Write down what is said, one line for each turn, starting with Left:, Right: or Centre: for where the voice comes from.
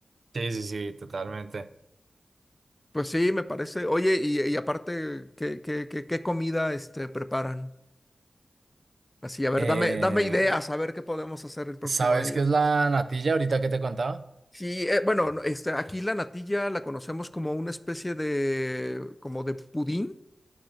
Right: Sí, sí, sí, totalmente.
Left: Pues sí, me parece. Oye, y, y aparte, ¿qué, qué, qué, qué comida, este, preparan? Así, a
Right: Eh,
Left: ver, dame, dame ideas, a ver qué podemos hacer el próximo
Right: ¿sabes
Left: año.
Right: qué es la natilla ahorita que te contaba?
Left: Sí, eh, bueno, no, este, aquí la natilla la conocemos como una especie de, como de pudín